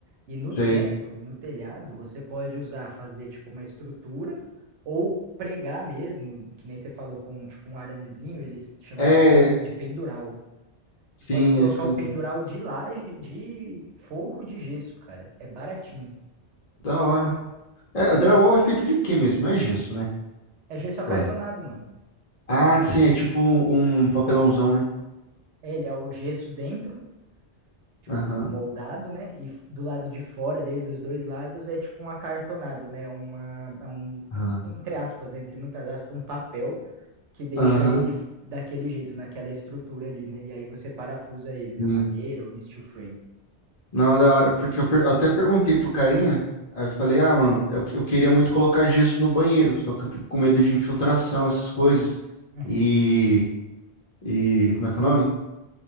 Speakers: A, on the right (about 85°); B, on the left (about 45°).
A: E no teto,
B: sei.
A: no telhado, você pode usar, fazer tipo uma estrutura ou pregar mesmo, que nem você falou, com tipo um aramezinho, eles chamam
B: É,
A: de, pen, de pendural
B: sim,
A: você pode colocar
B: expandido.
A: o pendural de lá, de forro de gesso, cara. É baratinho.
B: Da hora. É, o drywall é feito de quê mesmo? Não é gesso, né?
A: É gesso acartonado,
B: Ué.
A: mano.
B: Ah, sim, é tipo um, um papelãozão, né?
A: É, Ele é o gesso dentro, tipo,
B: Aham,
A: moldado, né? E f- do lado de fora dele, dos dois lados, é tipo um acartonado, né? Uma, é um,
B: aham,
A: entre aspas, entre muitas aspas, um papel que deixa
B: aham.
A: ele f- daquele jeito, naquela estrutura ali, né? E aí você parafusa ele na
B: sim.
A: madeira ou no steel frame.
B: Não, da hora, porque eu per- até perguntei pro carinha, aí eu falei, ah, mano, eu, eu queria muito colocar gesso no banheiro, só que eu fico com medo de infiltração, essas coisas.
A: Uhum.
B: E, e como é que é o nome?